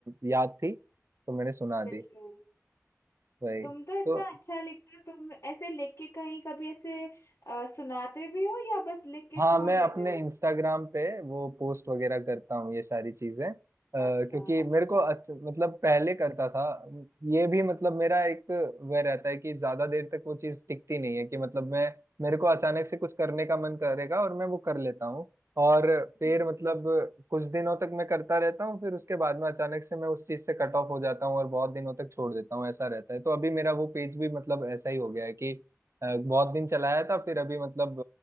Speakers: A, on the right; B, on the left.
A: याद थी तो मैंने सुना दी
B: बिल्कुल
A: वही
B: तुम तो इतना
A: तो
B: अच्छा लिखते हो तुम ऐसे लिख के कहीं कभी ऐसे अ, सुनाते भी हो या बस लिख के
A: हाँ
B: छोड़
A: मैं
B: देते
A: अपने
B: हो
A: इंस्टाग्राम पे वो पोस्ट वगैरह करता हूँ ये सारी चीजें अ, क्योंकि
B: अच्छा अच्छी
A: मेरे को अच्छ, मतलब पहले करता था ये भी मतलब मेरा एक वह रहता है कि ज्यादा देर तक वो चीज टिकती नहीं है कि मतलब मैं मेरे को अचानक से कुछ करने का मन करेगा और मैं वो कर लेता हूँ और
B: बात
A: फिर मतलब कुछ दिनों तक मैं करता रहता हूँ फिर उसके बाद में अचानक से मैं उस चीज से कट ऑफ हो जाता हूँ और बहुत दिनों तक छोड़ देता हूँ ऐसा रहता है तो अभी मेरा वो पेज भी मतलब ऐसा ही हो गया है कि अ, बहुत दिन चलाया था फिर अभी मतलब